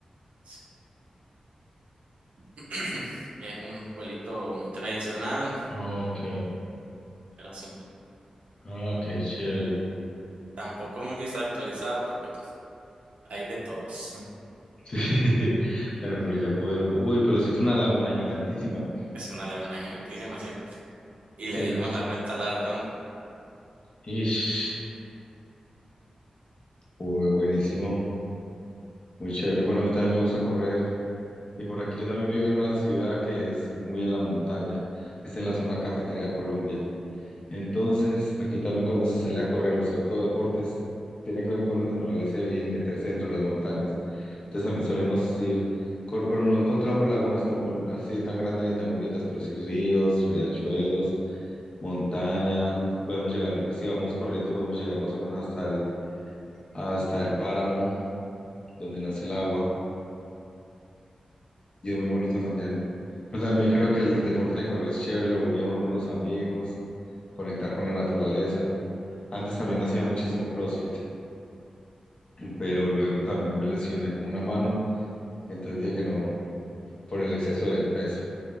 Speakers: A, on the right (about 80°); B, on the left (about 45°).
A: sí. <clears throat> Es un pueblito muy tradicional,
B: Ok,
A: pero sí,
B: ah, qué chévere.
A: tampoco muy desactualizado porque pues, hay de todos.
B: <laughs> Bueno, pero ya poder. Uy, pero si es una laguna gigantísima.
A: Es una laguna gigantísima, sí. Y le
B: Tienes.
A: dimos la vuelta a la redonda.
B: Ish. Uy, buenísimo. Muy chévere. Bueno, a mí también me gusta correr. Y por aquí yo también vivo en una ciudad que es muy en la montaña. Es en la zona cafetera de Colombia. Entonces, aquí también cuando se sale a correr o hacer todo deportes, tiene que ver con naturaleza y meterse dentro de las montañas. Entonces también solemos ir, cor- pero no encontramos lagunas tan bon- así tan grandes ni tan bonitas, pero sí ríos, riachuelos montaña, podemos llegar, si vamos corriendo, podemos llegar más o menos hasta el, hasta el páramo donde nace el agua y es muy bonito también. Pero también creo que el deporte de correr es chévere, lo une a uno con los amigos, conectar con la naturaleza. Antes también hacía muchísimo CrossFit, pero luego también me lesioné como una mano, entonces dije que no por el exceso del peso.